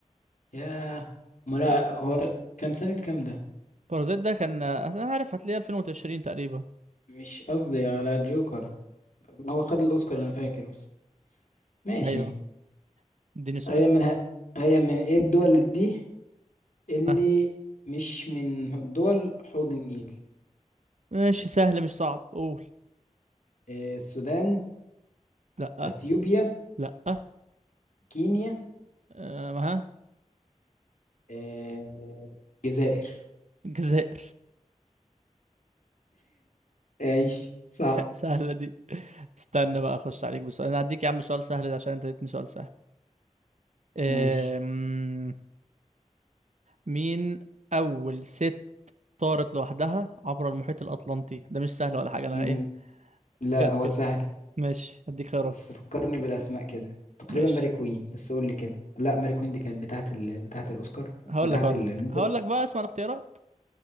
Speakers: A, on the left; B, on the right.
A: ياه ما لا
B: آه،
A: هو كان سنة كام ده
B: بارازايت ده كان آه، انا عارف هتلاقيه 2020 تقريبا
A: مش قصدي على الجوكر هو خد الأوسكار أنا فاكر بس ماشي
B: ايوه اديني سؤال
A: هي من ه... هي من إيه الدول دي اللي
B: ها
A: مش من دول حوض النيل
B: ماشي سهل مش صعب قول
A: إيه السودان
B: لا
A: أثيوبيا
B: لا
A: كينيا
B: آه، ما ها
A: إيه الجزائر
B: الجزائر
A: ماشي صح
B: <laughs> سهلة دي استنى بقى اخش عليك بسؤال انا هديك يا عم سؤال سهل ده عشان انت اديتني سؤال سهل آم،
A: ماشي
B: مين أول ست طارت لوحدها عبر المحيط الأطلنطي ده مش سهل ولا حاجة أنا
A: مم،
B: إيه
A: لا
B: جت
A: هو
B: كده
A: سهل
B: ماشي هديك خيارات
A: بس فكرني بالاسماء كده تقريبا
B: ماشي
A: ماري كوين بس قول لي كده لا ماري كوين دي كانت بتاعه ال... بتاعه الاوسكار
B: هقول
A: بتاعه
B: لك هقول
A: النوبل
B: لك هقول لك بقى اسمع الاختيارات